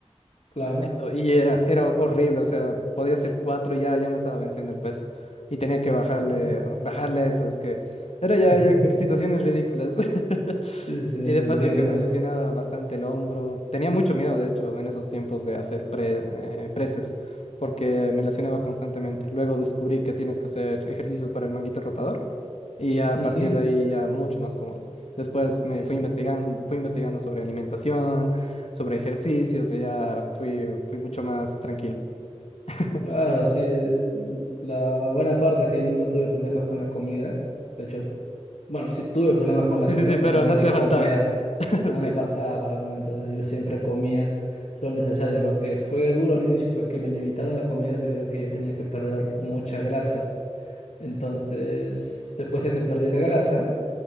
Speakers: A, on the left (about 80°); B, on the left (about 65°).
A: Claro.
B: Eso, y era, era horrible, o sea, podía ser cuatro y ya, ya me estaba venciendo el peso. Y tenía que bajarle,
A: Mm.
B: bajarle a eso, es que era
A: <laughs>
B: ya, ya situaciones ridículas. <laughs>
A: Sí, sí, te
B: Y de paso
A: entiendo.
B: que me lesionaba bastante el hombro. Tenía mucho miedo, de hecho, en esos tiempos de hacer pre- eh, preses, porque me lesionaba constantemente. Luego descubrí que tienes que hacer ejercicios para el manguito rotador y ya a
A: Ujú.
B: partir de ahí ya mucho más cómodo. Después me
A: Sí,
B: fui investigando, fui investigando sobre alimentación, sobre ejercicios y ya fui, fui mucho más tranquilo. <laughs>
A: Claro, sí. el- La buena parte es que yo nunca tuve problemas con la comida. De hecho, bueno, sí tuve problemas con la
B: Sí,
A: comida,
B: sí, sí,
A: pero
B: pero
A: no
B: no
A: de
B: te
A: comer.
B: faltaba. <laughs>
A: No me
B: Sí.
A: faltaba para comer, entonces yo siempre comía lo necesario. Lo que fue duro al inicio fue que me limitaron la comida debido a que yo tenía que perder mucha grasa. Entonces, después de que perdí la grasa,